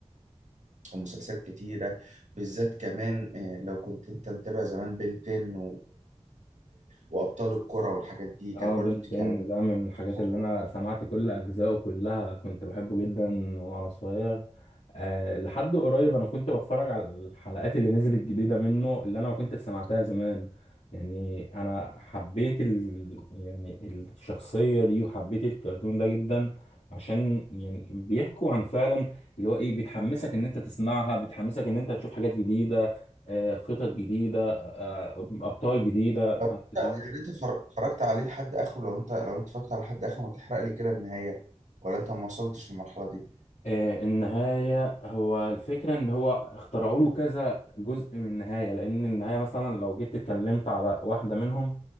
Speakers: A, on the right; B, on the left.
A: ومسلسلات كتيرة بالذات كمان آه، لو كنت انت متابع زمان بنتين وابطال الكرة والحاجات دي كانت
B: اه
A: برضو
B: بنت
A: بتيجي
B: ان
A: على نيكلوديون.
B: ده من الحاجات اللي انا سمعت كل اجزائه كلها كنت بحبه جدا وانا صغير أه لحد قريب انا كنت بتفرج على الحلقات اللي نزلت جديدة منه اللي انا ما كنت سمعتها زمان يعني انا حبيت ال... يعني الشخصية دي وحبيت الكرتون ده جدا عشان يعني بيحكوا عن فعلا اللي هو ايه بتحمسك ان انت تسمعها بتحمسك ان انت تشوف حاجات جديدة آه، خطط جديدة آه، ابطال جديدة
A: لو
B: فانت
A: انت يعني
B: فاهم
A: انت اتفر- اتفرجت عليه لحد اخره لو انت لو انت اتفرجت على لحد اخره ما تحرق لي كده النهاية ولا انت ما وصلتش للمرحلة دي
B: آه، النهاية هو الفكرة إن هو اخترعوا له كذا جزء من النهاية لأن النهاية مثلا لو جيت اتكلمت على واحدة منهم